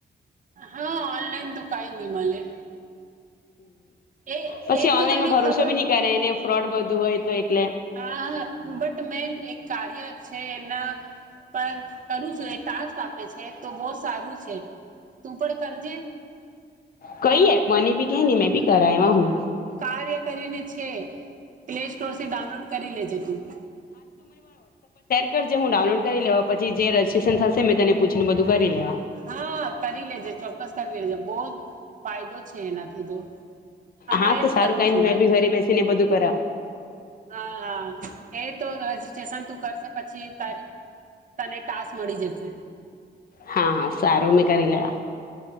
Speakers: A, on the right (about 45°); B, on the left (about 55°).
A: હા ઓનલાઈન તો કઈ ન મળે. એ
B: હ પછી
A: એક
B: ઓનલાઈનમાં
A: તો તને
B: ભરોસો
A: ખબર
B: બી ન કરેને. ફ્રોડ બધું હોય તો એટલે.
A: હા હા બટ મે એક કાર્ય છે એના પર કરું છું એક ટાસ્ક આપે છે તો બહ સારું છે તું પણ કરજે.
B: કઈ એ મને બી કે મેં બી. કરાાયમાં હું.
A: કાર્ય કરીને છે. પ્લે સ્ટોર થી ડાઉનલોડ કરી લેજે તું.
B: ર જે હું ડાઉનલોડ કરી લેવા પછી જે રજીસ્ટ્રેશન થશે મેં તેને પૂછીને બધું કરી લેવા.
A: હા કરી લેજે ચોક્કસ કરી લેજે બહુ ફાયદો છે એનાથી તો. હમણાં
B: હા
A: એજ
B: તો સારું
A: કરું
B: કઈ
A: છું
B: મેં
A: મે
B: બી ઘરે બેસીને બધું કરા
A: હા હા એ તો રજીસ્ટ્રેશન તું કરશે પછી ત. તને ટાસ મળી જશે.
B: હા હા સારો મે. કરંગ. <unintelligible>